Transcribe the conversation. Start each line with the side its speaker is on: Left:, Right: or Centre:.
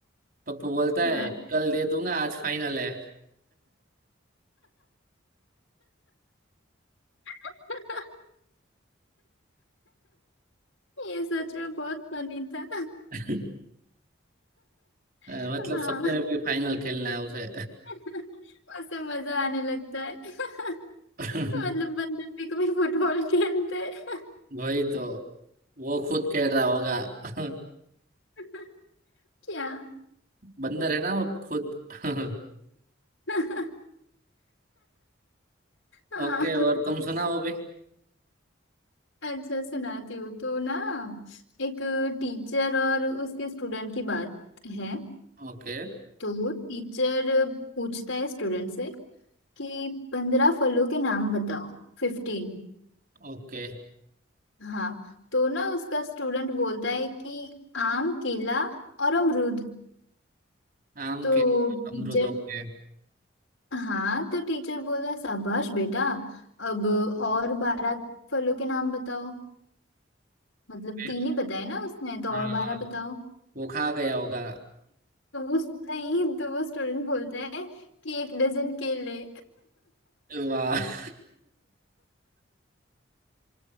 Right: पप्पू बोलता
Left: हाँ
Right: है कल दे दूंगा आज फाइनल है
Left: <laughs> ये सच में बहुत फनी था
Right: <laughs> अ,
Left: <laughs>
Right: मतलब
Left: हाँ
Right: सपने में भी फाइनल खेलना है उसे
Left: <laughs> उससे मजा आने लगता है <laughs>
Right: <laughs>
Left: मतलब बंदर भी कभी फुटबॉल खेलते हैं।
Right: वही तो वो खुद खेल रहा होगा <laughs>
Left: <laughs> क्या
Right: बंदर है ना वो खुद <laughs>
Left: <laughs> हाँ
Right: ओके और तुम सुना वो भी
Left: अच्छा सुनाती हूँ तो ना एक टीचर और उसके स्टूडेंट की बात है
Right: ओके
Left: तो टीचर पूछता है स्टूडेंट से कि पंद्रह फलों के नाम बताओ फिफ्टीन
Right: ओके
Left: हाँ तो ना उसका स्टूडेंट बोलता है कि आम केला और अमरूद
Right: आम
Left: तो
Right: के अमरूद
Left: टीचर
Right: ओके
Left: हाँ तो टीचर बोला शाबाश बेटा अब और बारह फलों के नाम बताओ मतलब
Right: फिर
Left: तीन ही बताए ना उसने तो
Right: हाँ
Left: और बारह बताओ
Right: वो खा गया होगा
Left: तो वो <laughs> नहीं तो वो स्टूडेंट बोलता है कि एक डजन केले
Right: <laughs> वाह